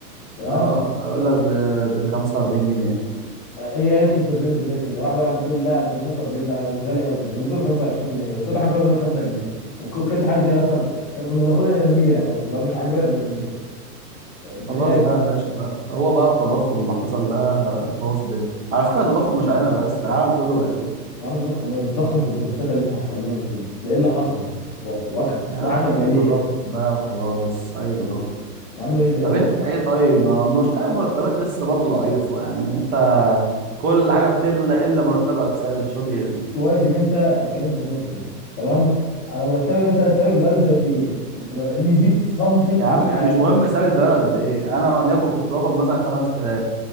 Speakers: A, on the left; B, on the right.
A: تمام
B: اه هيقول لك ب 45 جنيه
A: هي قالت لي في الرينج ده كده واحده راحت بتقول لا مش ب 45 ده مش غالي قوي كده كانت بتقول 25 جنيه وطلع احنا كنا بنقول 5 جنيه وك- وما كانش حد اصلا كنا بناخدها نرميها كمان لو مش عاجبانا بنرميها ما
B: خلاص
A: ايه يا جد-
B: بقى يا باشا بقى هو بقى التضخم اللي حصل ده بوظ الدنيا على فكرة التضخم مش علينا بس ده العالم كله بقى كده
A: يا عم تضخم ايه ده التضخم في البروستاتا اللي احنا حصل لنا ده كده ده ايه اللي حصل ده واه- وعكه
B: يا عم
A: وعكه ماليه
B: تضخم بقى وخلاص اي تضخم
A: يا عم ايه ده
B: طب انت ايه طيب ما المشكلة المرتبات لسه برضه ضعيفة يعني انت كل حاجة بتغلى الا مرتبك ثابت مش راضي يغلى
A: كويس ان انت اتكلمت في النقطه دي تمام انا مرتبي مثلا ثابت بقاله سنتين انت اني زيد سنتي
B: يا عم
A: مش عارف
B: مش مهم ثابت بقاله قد ايه انا وليكن كنت باخد مثلا 5000